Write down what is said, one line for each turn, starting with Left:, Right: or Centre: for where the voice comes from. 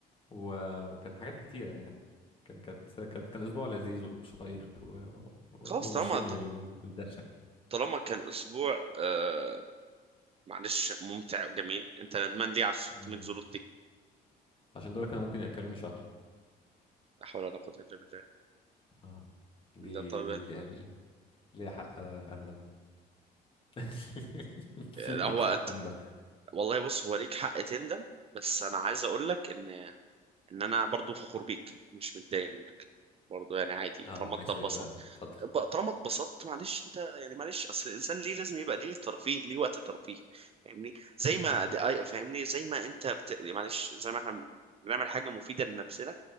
Left: وكان حاجات كتيرة يعني كان كانت كانت كان أسبوع لذيذ وشيق و... و...
Right: خلاص
Left: ومثير
Right: طالما
Left: لل... للدهشة
Right: طالما كان اسبوع آه، معلش ممتع وجميل انت ندمان ليه على 600
Left: مم.
Right: زلط دي
Left: عشان دول كانوا ممكن يأكلوني شهر
Right: لا حول ولا قوة الا بالله
Left: اه دي
Right: لا طب
Left: دي ليها ليها حق أندم <laughs>
Right: لا
Left: ليها
Right: هو
Left: حق أندم
Right: والله بص هو ليك حق تندم بس انا عايز اقول لك ان ان انا برضو فخور بيك مش متضايق منك برضو يعني عادي
Left: اه
Right: طالما
Left: من حيث
Right: انت اتبسطت
Left: ايه بقى اتفضل
Right: ب- طالما اتبسطت معلش انت يعني معلش اصل الانسان ليه لازم يبقى ليه ترفيه ليه وقت ترفيه فاهمني زي
Left: ايوه
Right: ما
Left: ايوه
Right: دي اي فاهمني زي ما انت بت... معلش زي ما احنا بنعمل حاجة مفيدة لنفسنا